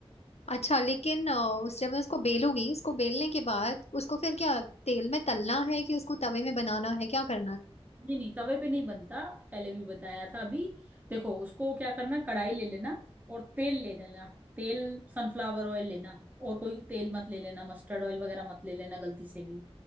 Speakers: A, on the left; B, on the right.
A: अच्छा लेकिन अ, उस जब मैं उसको बेलूंगी इसको बेलने के बाद उसको फिर क्या तेल में तलना है कि उसको तवे में बनाना है क्या करना है
B: नहीं नहीं तवे पे नहीं बनता पहले भी बताया था अभी देखो उसको क्या करना कढ़ाई ले लेना और तेल ले लेना तेल सनफ्लावर ऑयल लेना और कोई तेल मत ले लेना मस्टर्ड ऑयल वगैरह मत ले लेना गलती से भी